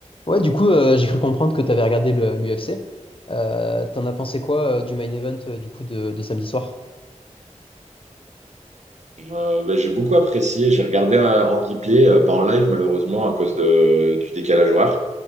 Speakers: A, on the left (about 45°); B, on the right (about 65°).
A: Ouais, du coup, euh, j'ai cru comprendre que t'avais regardé l'UFC. Euh, t'en as pensé quoi euh, du main event euh, du coup de, de samedi soir?
B: Euh, bah, j'ai beaucoup apprécié. J'ai regardé euh, en replay, euh, pas en live malheureusement à cause de- du décalage horaire.